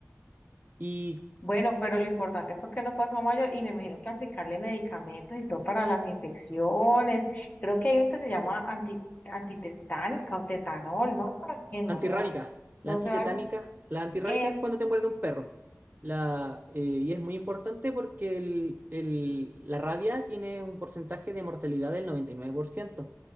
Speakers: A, on the right; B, on the left.
A: Y
B: Bueno, pero lo importante fue que no pasó a mayor y me imagino que aplicarle medicamentos y todo para las infecciones. Creo que hay uno que se llama anti, antitetánica o tetanol, ¿no? Para que no,
A: antirrábica, la
B: no
A: antitetánica,
B: se vaya.
A: la antirrábica
B: Eso.
A: es cuando te muerde un perro. La, eh, y es muy importante porque el- el- la rabia tiene un porcentaje de mortalidad del 99%.